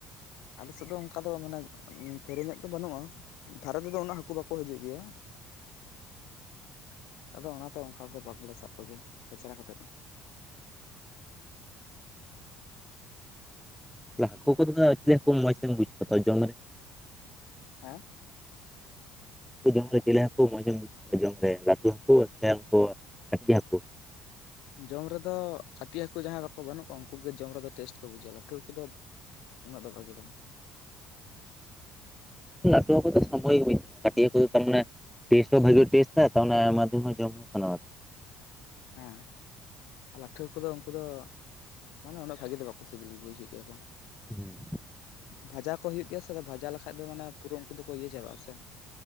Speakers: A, on the left; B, in the centre.
A: ᱟᱞᱮ ᱥᱮᱫ ᱫᱚ ᱚᱱᱠᱟ ᱫᱚ ᱢᱟᱱᱮ ᱯᱷᱮᱨᱤᱧᱚᱜ ᱱᱚ ᱫᱚ ᱵᱟᱹᱱᱩᱜᱼᱟ ᱫᱷᱟᱨᱮ ᱛᱮᱫᱚ ᱩᱱᱟᱹᱜ ᱦᱟᱹᱠᱩ ᱵᱟᱠᱚ ᱦᱤᱡᱩᱜ ᱜᱤᱭᱟ᱾ ᱟᱫᱚ ᱚᱱᱟᱛᱮ ᱚᱱᱠᱟ ᱫᱚ ᱵᱟᱞᱮ <unintelligible> ᱥᱟᱵ ᱠᱚᱜᱮᱭᱟ ᱠᱷᱮᱪᱮᱨᱟ ᱠᱟᱛᱮ ᱫᱚ᱾
B: ᱦᱟᱹᱠᱩ ᱠᱚ ᱦᱠᱩ ᱢᱚᱸᱡᱽ ᱛᱮᱧ ᱵᱩᱡ ᱠᱚᱣᱟ ᱡᱚᱢ ᱨᱮ <inaudible>
A: ᱦᱮᱸ᱾
B: ᱦᱟᱠᱩ ᱡᱚᱢ ᱨᱮ ᱪᱮᱞᱮ ᱦᱟᱹᱠᱩ ᱢᱚᱸᱡᱢ ᱵᱩᱡᱟᱹᱣᱟ ᱡᱚᱢ ᱨᱮ ᱞᱟᱹᱴᱩ ᱦᱟᱹᱠᱩ ᱥᱮ ᱩᱱᱠᱩ ᱠᱟᱹᱴᱤᱡ ᱦᱟᱹᱠᱩ᱾
A: ᱡᱚᱢ ᱨᱮᱫᱚ ᱠᱟᱹᱴᱤᱡ ᱦᱟᱹᱠᱩ ᱡᱟᱦᱟᱸᱭ ᱵᱟᱠᱚ ᱵᱟᱹᱱᱩᱜ ᱠᱚᱣᱟ ᱩᱱᱠᱩ ᱜᱮ ᱡᱚᱢ ᱨᱮᱫᱚ ᱴᱮᱥᱴ ᱠᱚ ᱵᱩᱡᱷᱣᱟ ᱞᱟᱹᱴᱩ ᱦᱟᱹᱠᱩ ᱫᱚ᱾ ᱩᱱᱟᱹᱜ ᱫᱚ ᱵᱷᱟᱜᱤ ᱵᱟᱝ᱾
B: ᱞᱴᱩ ᱠᱚ ᱥᱚᱢᱚᱭ ᱜᱮᱼᱟᱴ ᱠᱚ ᱛᱟᱨᱟᱱᱮ᱾ <unintelligible> ᱴᱮᱥᱴ ᱦᱚᱸ ᱵᱷᱟᱜᱤ ᱴᱮᱥᱴ ᱛ ᱟᱭᱢᱟᱫᱷᱚᱢ ᱦᱚᱸ ᱡᱚᱢ ᱦᱚᱸ ᱥᱟᱱᱟ᱾
A: ᱦᱮᱸ ᱞᱟᱹᱴᱷᱣᱟᱹ ᱠᱚᱫᱚ ᱩᱱᱠᱩ ᱫᱚ ᱢᱟᱱᱮ᱾ ᱵᱷᱟᱜᱤ ᱫᱚ ᱵᱟᱠᱚ ᱥᱤᱵᱤᱞ ᱵᱩᱡᱟᱹ ᱜᱮᱭᱟ ᱠᱚ
B: ᱦᱩᱸ
A: ᱵᱷᱟᱡᱟ ᱠᱚ ᱦᱩᱭᱩᱜᱭ ᱜᱮᱭᱟ ᱥᱮ ᱟᱫ ᱵᱦᱟᱡᱟ ᱞᱮᱠᱷᱟᱡ ᱫᱚ ᱢᱟᱱᱮ ᱯᱩᱨᱟᱹ ᱩᱱᱠᱩ ᱫᱚᱠᱚ ᱤᱭᱟᱹ ᱪᱟᱵᱟᱜᱼᱟ ᱥᱮ᱾